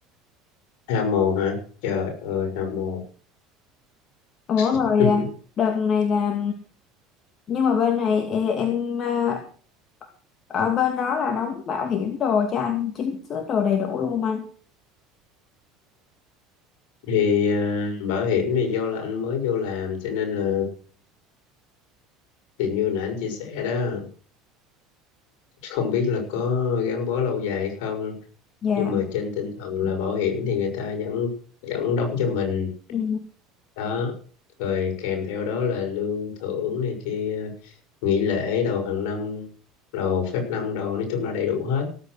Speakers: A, on the left (about 70°); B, on the left (about 45°).
A: hao mồm hả trời ơi hao mồm
B: Ủa rồi
A: <laughs>
B: à, đợt này là nhưng mà bên này e- em à, ở bên đó là đóng bảo hiểm đồ cho anh chính xứ đồ đầy đủ luôn anh.
A: thì à, bảo hiểm thì do là anh mới vô làm cho nên là thì như nãy anh chia sẻ đó không biết là có gắn bó lâu dài hay không
B: Dạ.
A: nhưng mà trên tinh thần là bảo hiểm thì người ta vẫn vẫn đóng cho mình
B: Ừ.
A: đó rồi kèm theo đó là lương thưởng này kia nghỉ lễ đầu hàng năm đầu phép năm đầu nói chung là đầy đủ hết